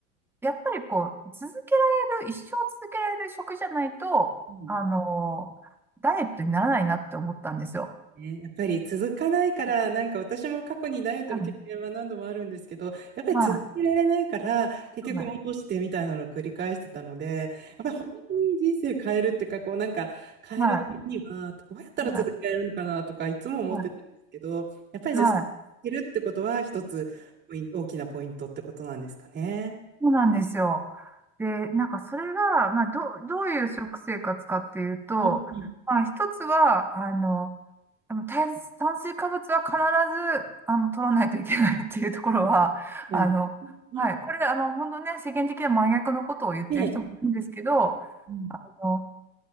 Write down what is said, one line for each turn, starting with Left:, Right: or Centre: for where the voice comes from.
Centre: やっぱりこう、続けられる、一生続けられる食じゃないと、
Right: うん
Centre: あの、ダイエットにならないなって思ったんですよ。
Right: ね、やっぱり続かないから、なんか私も過去にダイエットの経験は何度もあるんですけど、
Centre: はい、
Right: やっぱり続けられないから、
Centre: はい、
Right: 結局戻してみたいなのを繰り返してたので、
Centre: はい、
Right: やっぱり本当に人生変えるっていうか、こうなんか変えるためには、
Centre: はい、
Right: どうやったら続けられるのかなとか、
Centre: はい、
Right: いつも思ってたんですけど、
Centre: は
Right: やっぱりじゃあ、
Centre: い、はい
Right: 続けるってことは一つポイン大きなポイントってことなんですかね。
Centre: そうなんですよ。で、なんかそれが、まあ、どう、どういう食生活かっていうと、
Right: うんうん。
Centre: まあ、一つは、あの、あの炭、炭水化物は必ず、あの、取らないといけないっていうところは、
Right: なんか
Centre: あの、
Right: うん
Centre: はい。これ、あの、本当ね、世間的な真逆のことを言ってる人もいるんですけど、
Right: ねえ、うん、
Centre: の、はい